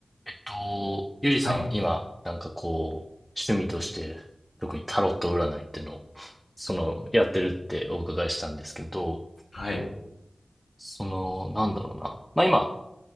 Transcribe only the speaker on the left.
はい。
はい。